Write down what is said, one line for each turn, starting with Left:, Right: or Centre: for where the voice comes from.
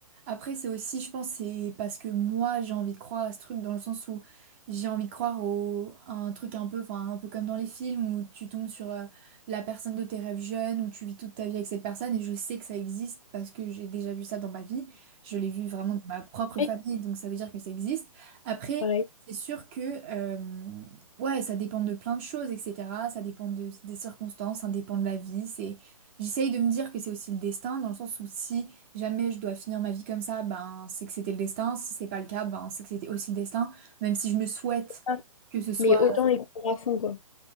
Right: après, c'est aussi, je pense, c'est parce que moi, j'ai envie de croire à ce truc dans le sens où j'ai envie de croire au, à un truc un peu, enfin, un peu comme dans les films où tu tombes sur euh, la personne de tes rêves jeunes, où tu vis toute ta vie avec cette personne, et je sais que ça existe parce que j'ai déjà vu ça dans ma vie. Je l'ai vu vraiment dans ma propre
Left: Oui,
Right: famille, donc ça veut dire que ça existe. Après,
Left: Pareil,
Right: c'est sûr que, euh, ouais, ça dépend de plein de choses, etc. Ça dépend de- des circonstances, ça dépend de la vie, c'est. J'essaye de me dire que c'est aussi le destin, dans le sens où si jamais je dois finir ma vie comme ça, ben c'est que c'était le destin. Si c'est pas le cas, ben c'est que c'était aussi le destin. Même si je me souhaite
Left: Ah,
Right: que ce soit.
Left: mais autant les prendre à fond, quoi.